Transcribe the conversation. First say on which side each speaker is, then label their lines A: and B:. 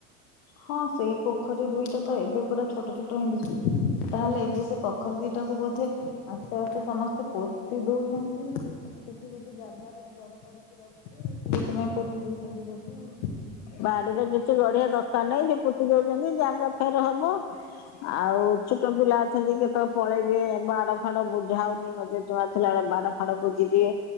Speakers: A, on the left (about 70°); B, on the left (about 45°).
A: ହଁ ସେଇ ପୋଖରୀ ଦୁଇଟା ତ ଏବେ ପୁରା ଛୋଟ ଛୋଟ ହିଁ ଦିଶୁଛି, ତାହେଲେ ଏବେ ସେ ପୋଖରୀ ଦିଇଟାକୁ ବୋଧେ ଆସ୍ତେ ଆସ୍ତେ ସମସ୍ତେ ପୋତି ଦଉଛନ୍ତି, କିଛି କିଛି ଜାଗାରେ ଘର କରି <unintelligible> ସେଥିପାଇଁ ପୋତି ଦଉଛନ୍ତି ବୋଧେ ଆଉ।
B: ବାଡିରେ କିଛି ଗଡିଆ ଦରକାର ନାହିଁ, ସେ ପୋତି ଦଉଛନ୍ତି ଜାଗା ଫେର ହବ। ଆଉ ଛୋଟ ପିଲା ଅଛନ୍ତି କେତେବେଳେ ପଳେଇବେ, ବାଡ ଫାଡ ବୁ ଯା ହଉନି, ମୋ ଜେଜେମା ଥିଲା ବେଳେ ବାଡ ଫାଡ ବୁଜିି ଦିଏ।